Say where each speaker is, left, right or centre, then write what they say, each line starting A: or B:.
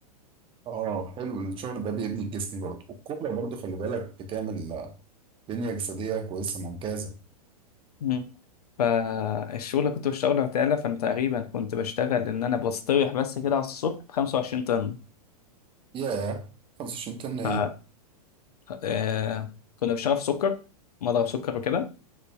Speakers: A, on the right (about 25°); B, on the left (about 70°).
A: اه حلو الشغل ده بيبني الجسم برضه والكورة برضه خلي بالك بتعمل آه، بنية جسدية كويسة ممتازة
B: فاهم فالشغل اللي كنت بشتغله عتالة فأنا تقريبا كنت بشتغل إن أنا بستريح بس كده على الصبح بخمسة وعشرين طن
A: ياه 25 طن ايه
B: ف آه، كنا بنشتغل في سكر مضرب سكر وكده